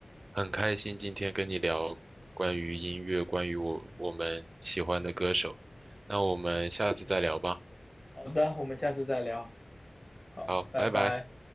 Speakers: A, on the right; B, on the left.
A: 很开心今天跟你聊关于音乐，关于我我们喜欢的歌手。那我们下次再聊吧。
B: 好的，我们下次再聊。好，
A: 好，
B: 拜拜。
A: 拜拜。